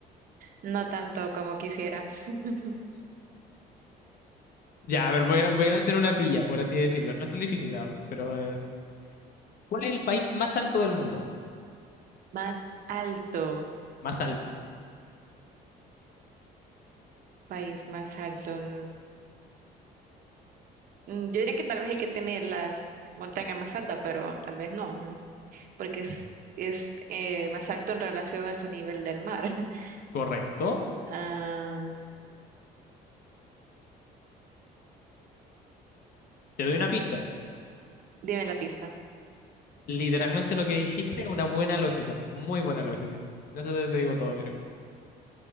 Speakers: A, on the right (about 55°); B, on the left (about 60°).
A: no tanto como quisiera. <laughs>
B: Ya, a ver, voy a, voy a hacer una pilla, por así decirlo. No es tan difícil, la verdad. Pero, eh, ¿cuál es el país más alto del mundo?
A: Más alto,
B: Más alto.
A: país más alto. Mm, Yo diría que tal vez el que tiene las montañas más altas, pero tal vez no. porque es, es eh, más alto en relación a su nivel del mar. <laughs>
B: Correcto.
A: Ah,
B: Te doy una pista.
A: dime la pista.
B: Literalmente lo que dijiste es una buena lógica, muy buena lógica. Con eso te te digo todo, creo.